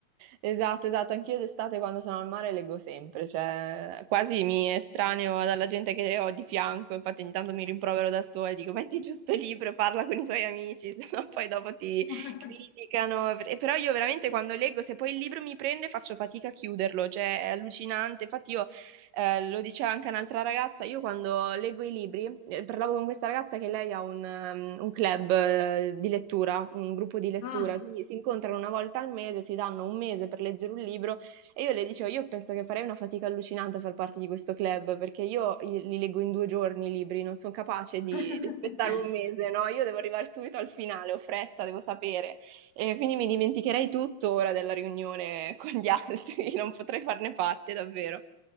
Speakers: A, on the right; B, on the left.
A: Esatto, esatto, anch'io d'estate quando sono al mare leggo sempre, cioè quasi mi estraneo dalla gente che ho di fianco, infatti ogni tanto mi rimprovero da sola e dico metti giusto il libro e parla con i tuoi amici, <laughs> sennò poi dopo ti
B: <laughs>
A: criticano. E però io veramente quando leggo, se poi il libro mi prende faccio fatica a chiuderlo, cioè è allucinante, infatti io eh, lo diceva anche un'altra ragazza, io quando leggo i libri, eh, parlavo con questa ragazza che lei ha un, ehm, un club eh, di lettura, un gruppo di lettura,
B: Ah.
A: quindi si incontrano una volta al mese, si danno un mese per leggere un libro e io le dicevo, io penso che farei una fatica allucinante a far parte di questo club perché io li leggo in due giorni i libri, non sono capace
B: <laughs>
A: di, di aspettare un mese, no? Io devo arrivare subito al finale, ho fretta, devo sapere. E quindi mi dimenticherei tutto ora della riunione con gli altri, <laughs> non potrei farne parte davvero.